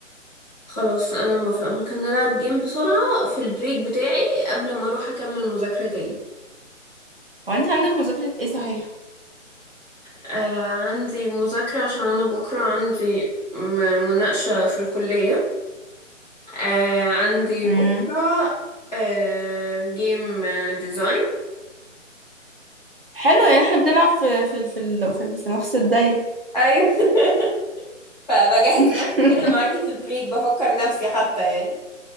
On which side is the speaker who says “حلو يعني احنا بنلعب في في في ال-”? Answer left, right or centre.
Right